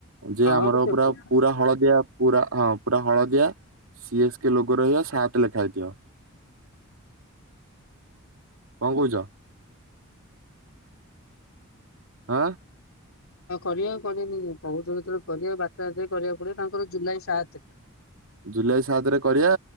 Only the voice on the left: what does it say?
ହଁ
ଗୋଟେ ଛୋଟ
ହଁ କରିବା କରିବିନି କହୁଛ ଯେତେବେଳେ କରିବା ବାରଟା କରିବାକୁ ପଡିବ ତାଙ୍କର ଜୁଲାଇ ସାତ।